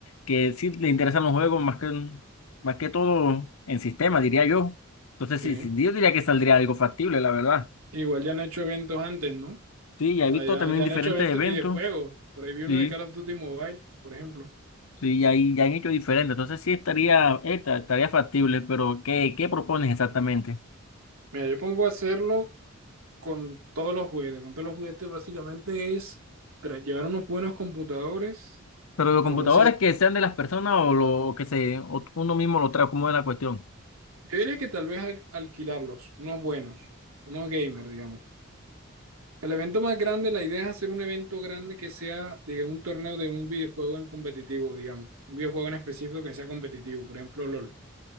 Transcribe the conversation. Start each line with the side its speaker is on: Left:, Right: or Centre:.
Left: que sí les interesan los juegos más que, más que todo en sistema, diría yo. Entonces,
Right: Sí.
Left: sí, sí, yo diría que saldría algo factible, la verdad.
Right: Igual ya han hecho eventos antes, ¿no? O
Left: Sí, ya he
Right: sea,
Left: visto
Right: ya,
Left: también
Right: ya han
Left: diferentes
Right: hecho eventos
Left: eventos.
Right: y de juegos. Por ahí vi uno
Left: Sí.
Right: de Call of Duty Mobile, por ejemplo.
Left: Sí, ya, ahí ya han hecho diferente. Entonces sí estaría, esta, estaría factible, pero ¿qué, qué propones exactamente?
Right: Mira, yo pongo a hacerlo con todos los juguetes. Con todos los juguetes básicamente es tra- llevar unos buenos computadores
Left: Pero los
Right: o
Left: computadores
Right: no sé,
Left: que sean de las personas o lo que se o uno mismo lo trae, ¿cómo es la cuestión?
Right: yo diría que tal vez al- alquilarlos, unos buenos, unos gamers, digamos. El evento más grande, la idea es hacer un evento grande que sea, digamos, un torneo de un videojuego en competitivo, digamos, un videojuego en específico que sea competitivo, por ejemplo, LOL.